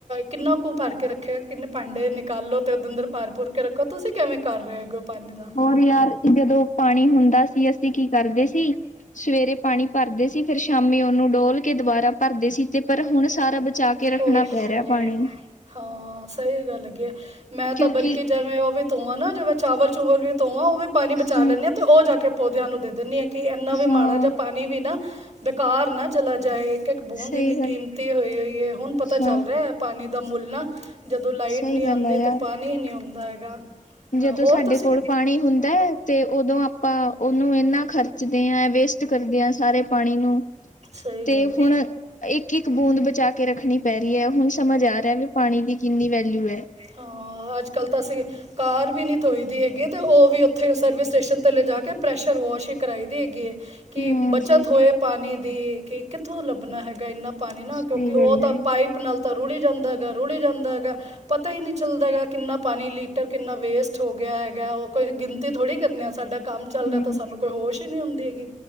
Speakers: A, on the right (about 55°); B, on the left (about 65°).
A: ਕਿੰਨਾ ਕੁੂਹ ਭਰ ਕੇ ਰੱਖੇ, ਕਿੰਨੇ ਭਾਂਡੇ ਨਿਕਾਲੋ ਤੇ ਉਦਰ ਭਾਰ ਪੁਰ। ਭਰ ਕੇ ਰੱਖੋ, ਤੁਸੀਂ ਕਿਵੇਂ ਕਰ ਰਹੇ ਅੱਗੋਂ ਪਾਣੀ ਦਾ।
B: ਔਰ ਯਾਰ ਜਦੋਂ ਪਾਣੀ ਹੁੰਦਾ ਸੀ, ਅਸੀਂ ਕੀ ਕਰਦੇ ਸੀ। ਸੀ, ਸਵੇਰੇ ਪਾਣੀ ਭਰਦੇ ਸੀ, ਫੇਰ ਸ਼ਾਮੀ ਉਹਨੂੰ ਡੋਲ ਕੇ ਦੁਬਾਰਾ ਭਰਦੇ ਸੀ ਤੇ ਪਰ ਹੁਣ ਸਾਰਾ ਬਚਾ। ਕੇ ਰੱਖਣਾ
A: ਉਹ ਔਹ,
B: ਪੈ ਰਿਹਾ ਪਾਣੀ
A: ਹਾਂ ਸਹੀ ਗੱਲ ਹੈਗੀ ਐ, ਮੈਂ ਤਾਂ
B: ਕਿਉਂਕਿ
A: ਬਲਕਿ ਜਿਵੇਂ ਉਹ ਵੀ। ਧੋਵਾਂ ਨਾ ਜਿਵੇਂ ਚਾਵਲ- ਚੂਵਲ ਵੀ ਧੋਵਾਂ ਉਹ ਵੀ ਪਾਣੀ ਬਚਾ
B: ਹਾਂ
A: ਲੈਂਦੀ, ਤੇ ਉਹ ਜਾ ਕੇ ਪੌਦਿਆਂ ਨੂੰ ਦੇ ਦਿੰਦੀ। ਕਿ ਐਨਾ ਵੀ ਮਾੜਾ
B: ਹਾਂ
A: ਜਾਂ ਪਾਣੀ ਵੀ ਨਾ, ਬੇਕਾਰ ਨਾ ਚਲਾ ਜਾਏ। ਇੱਕ- ਇੱਕ ਬੂੰਦ
B: ਸਹੀ
A: ਇੰਨੀ
B: ਗੱਲ
A: ਕੀਮਤੀ ਹੋਈ ਹੋਈ ਹੈ, ਹੁਣ ਪਤਾ
B: ਹਾਂ
A: ਚੱਲ ਰਿਹਾ ਪਾਣੀ ਦਾ ਮੁੱਲ ਨਾ। ਜਦੋਂ ਲਾਈਟ
B: ਸਹੀ
A: ਨਹੀਂ
B: ਗੱਲ
A: ਆਂਦੀ,
B: ਆ ਯਾਰ
A: ਤਾਂ ਪਾਣੀ ਨਹੀਂ ਹੁੰਦਾ ਹੈਗਾ। ਹਾਂ
B: ਜਦੋਂ
A: ਹੋਰ
B: ਸਾਡੇ
A: ਤੁਸੀਂ
B: ਕੋਲ ਪਾਣੀ ਹੁੰਦਾ ਐ, ਤੇ ਉਦੋਂ ਆਪਾਂ ਉਹਨੂੰ ਇੰਨਾ ਖਰ। ਖੱਚਦੇ ਹਾਂ ਵੇਸਟ ਕਰਦੇ ਸਾਰੇ ਪਾਣੀ ਨੂੰ,
A: ਸਹੀ
B: ਤੇ
A: ਗੱਲ ਏ।
B: ਹੁਣ। ਇੱਕ- ਇੱਕ ਬੂੰਦ ਬਚਾ ਕੇ ਰੱਖਣੀ ਪੈ ਰਹੀ, ਹੁਣ ਸਮਝ ਆ ਰਿਹਾ ਵੀ ਪਾਣੀ ਦੀ ਕਿੰਨੀ ਵੈਲਊ ਐ।
A: ਹਾਂ! ਅੱਜ- ਕੱਲ ਤਾਂ ਅਸੀਂ। ਕਾਰ ਵੀ ਨੀ ਥੋਈ ਦੀ ਹੈਗੀ, ਤੇ ਉਹ ਵੀ ਉੱਥੇ ਸਰਵਿਸ ਸਟੇਸ਼ਨ ਤੇ ਲਿਜਾ ਕੇ ਪ੍ਰੈਸ਼ਰ ਵਾਸ਼। ਕਰਾਈ ਦੀ ਹੈਗੀ ਏ, ਕਿ
B: ਹਾਂ
A: ਬੱਚਤ
B: ਸਹੀ
A: ਹੋਏ
B: ਗੱਲ
A: ਪਾਣੀ ਦੀ ਕਿ ਕਿੱਥੋਂ ਲੱਭਣਾ ਹੈਗਾ ਇਨ੍ਹਾਂ। ਪਾਣੀ ਨਾ,
B: ਸਹੀ
A: ਕਿਉਂਕਿ ਉਹ
B: ਗੱਲ
A: ਤਾਂ
B: ਹੈ
A: ਪਾਈਪ ਨਾਲ ਤਾਂ ਰੁੜੀ ਜਾਂਦਾ ਹੈਗਾ ਰੁੜੀ ਜਾਂਦਾ ਹੈ ਹੈਗਾ। ਪਤਾ ਹੀ ਨਹੀਂ ਚੱਲਦਾ ਹੈਗਾ ਕਿੰਨਾ ਪਾਣੀ ਲੀਟਰ ਕਿੰਨਾ ਵੇਸਟ ਹੋ ਗਿਆ ਹੈਗਾ ਉਹ ਕੋਈ ਗਿਣਤੀ ਥੋੜ੍ਹੀ ਕਰਨੀ ਆ ਸਾਡਾ ਕੰਮ ਚੱਲ ਰਿਹਾ
B: ਹਾਂ
A: ਤਾਂ ਸਾਨੂੰ ਕੋਈ ਹੋਸ਼ ਹੀ ਨਹੀਂ ਹੁੰਦੀ ਹੈਗੀ।